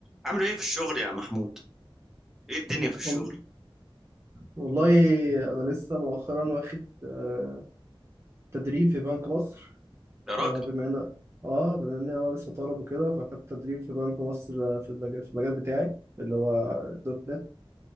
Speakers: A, in the centre; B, on the right.
A: عامل ايه في الشغل يا محمود ايه الدنيا في الشغل
B: وال- والله أنا لسه مؤخرا واخد آه، تدريب في بنك مصر
A: يا راجل
B: آه، بما إن آه بما إن أنا لسه طالب وكده فأخدت تدريب في بنك مصر آه، في المجال في المجال بتاعي اللي هو دوت نت